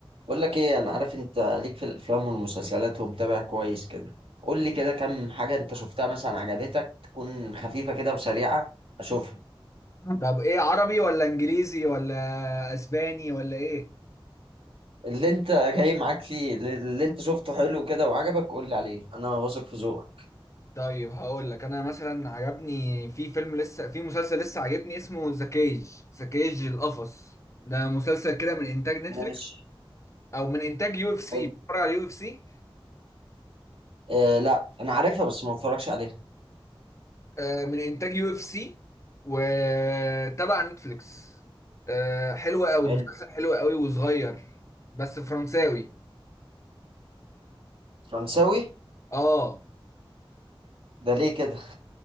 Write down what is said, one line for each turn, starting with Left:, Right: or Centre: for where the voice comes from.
Right: بقول لك ايه انا عارف انت ليك في الافلام والمسلسلات ومتابع كويس كده قول لي كده كم حاجه انت شفتها مثلا عجبتك تكون خفيفه كده وسريعه اشوفها
Left: طب ايه عربي ولا انجليزي ولا اسباني ولا ايه
Right: اللي انت <laughs> جاي معاك فيه اللي انت شفته حلو كده وعجبك قول لي عليه انا واثق في ذوقك
Left: طيب هقول لك انا مثلا عجبني في فيلم لسه في مسلسل لسه عجبني اسمه ذا كيج ذا كيج القفص ده مسلسل كده من انتاج نتفليكس
Right: ماشي
Left: او من انتاج يو اف سي
Right: حلو
Left: بتفرج على يو اف سي
Right: آه لا انا عارفها بس ما بتفرجش عليها
Left: آه، من انتاج يو اف سي وتبع نتفليكس آه، حلو قوي
Right: حلو
Left: مسلسل حلو قوي وصغير بس فرنساوي
Right: فرنساوي
Left: اه
Right: ده ليه كده